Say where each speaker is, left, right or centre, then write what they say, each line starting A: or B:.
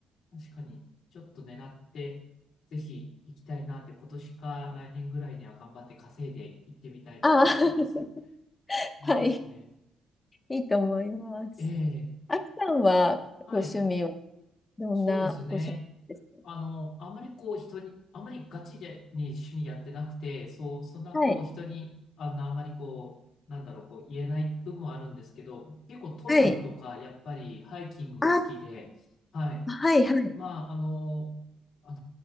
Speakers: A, on the left; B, on the left.
A: 確かに、ちょっと狙って、ぜひ行きたいなって、今年か来年ぐらいには頑張って稼いで行ってみたいなって思います。
B: ああ、<laughs>
A: いいですね。
B: はい。<laughs> いいと思います。
A: ええ、
B: あきさんはご趣味は
A: はい、
B: どんなご趣味です
A: そうですね。あの、あんまりこう人に、あんまりガチでに趣味やってなくて、そう、そんなこう人に、
B: かはい。
A: あの、あんまりこう、なんだろう、こう言えない部分はあるんですけど、結構登山とか、
B: はい。
A: やっぱりハイキングが好きで、
B: あ
A: はい。
B: はいはい。
A: まあ、あの、あ